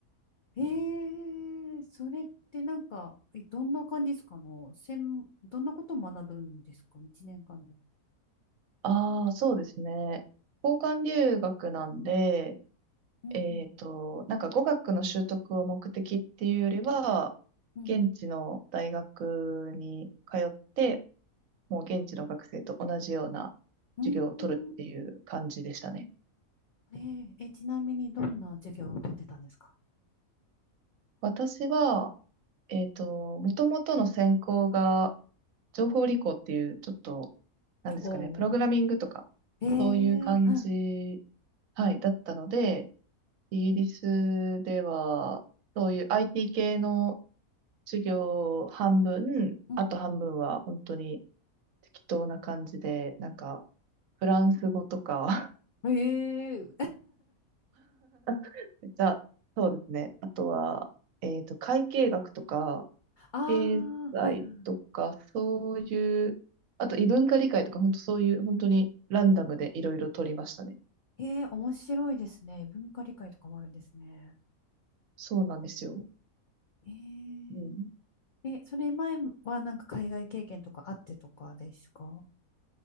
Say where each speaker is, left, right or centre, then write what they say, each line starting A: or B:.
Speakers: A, on the left; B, on the right.
A: へえ、それってなんか、えどんな感じですかの、専どんなことを学ぶんですか、1年間で。
B: ああ、そうですね。交換留学なんで、
A: うん
B: えっと、なんか語学の習得を目的っていうよりは、
A: うん。
B: 現地の大学に通って、
A: うん
B: もう現地の学生と同じような
A: うん。
B: 授業を取るっていう感じでしたね。
A: うーん。えー、え、ちなみにどんな授業をとってたんですか
B: 私は、えっと、もともとの専攻が情報理工っていう、ちょっと、なんですかね、
A: お
B: プログラミングとか、
A: おー、え
B: そういう感じ、
A: え、はい。
B: はい、だったので、イギリスでは、そういう IT 系の授業半分、
A: うん
B: あと半分は本当に適当な感じで、なんか、フランス語とか
A: うんええ
B: <laughs> めっちゃ、そうですね。あとは、えっと、会計学とか、
A: <laughs> ああ、
B: 経済とか、
A: はいはい
B: そういう、あと異文化理解とか、本当そういう、本当にランダムでいろいろ取りましたね。
A: ええ、面白いですね。文化理解とかもあるんですね。
B: そうなんですよ。
A: え
B: うん。
A: え、え、それ前はなんか海外経験とかあってとかですか